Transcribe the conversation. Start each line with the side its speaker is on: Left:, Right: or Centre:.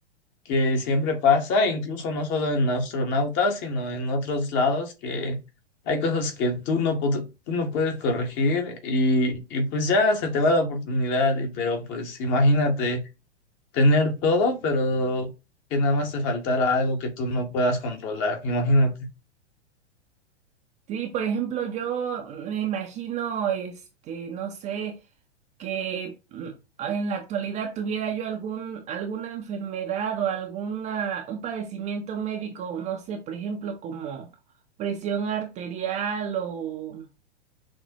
Left: que siempre pasa, incluso no solo en astronautas, sino en otros lados, que hay cosas que tú no, pod- tú no puedes corregir y, y pues ya se te va la oportunidad, y, pero pues imagínate tener todo, pero que nada más te faltara algo que tú no puedas controlar, imagínate.
Right: Sí, por ejemplo, yo me imagino, este, no sé, que mm, en la actualidad tuviera yo algún, alguna enfermedad o alguna, un padecimiento médico, no sé, por ejemplo, como presión arterial o